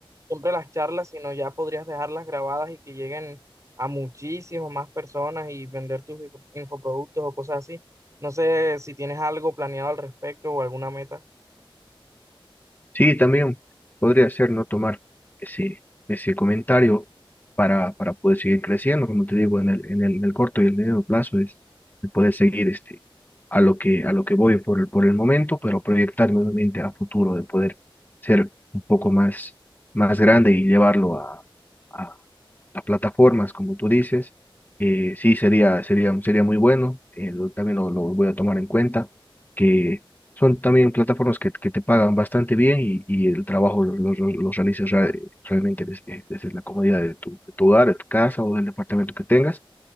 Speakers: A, on the right (about 35°); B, on the left (about 20°).
A: siempre las charlas, sino ya podrías dejarlas grabadas y que lleguen a muchísimas más personas y vender tus info- infoproductos o cosas así. No sé si tienes algo planeado al respecto o alguna meta.
B: Sí, también podría ser no tomar ese, ese comentario para, para poder seguir creciendo, como te digo, en el, en el, en el corto y el medio plazo es es poder seguir este, a lo que, a lo que voy por el, por el momento, pero proyectarme nuevamente a futuro, de poder ser un poco más, más grande y llevarlo a, a, las plataformas, como tú dices. Eh, sí, sería, sería, sería muy bueno. eh, lo- también lo, lo voy a tomar en cuenta, que son también plataformas que, que te pagan bastante bien y, y el trabajo lo, lo- lo- lo realizas ra- realmente desde, desde la comodidad de tu, de tu hogar, de tu casa o del departamento que tengas.